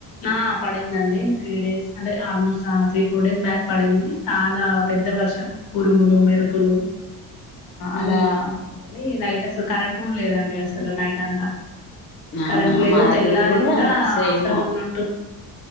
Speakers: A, on the left; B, on the left.
A: ఆ పడిందండి త్రీ డేస్ అంటే almost three four days back పడింది చాలా పెద్ద వర్షం ఉరుములు మెరుపులు
B: హ్మ్
A: అలా అండి నైట్ అసలు కరెంట్ కూడా లేదండి అసలు నైట్ అంతా
B: అవునా
A: కరెంట్ లేదు
B: మా దగ్గర
A: తెల్లారి కూడా
B: సేమ్
A: ఆఫ్టర్నూన్టుఫ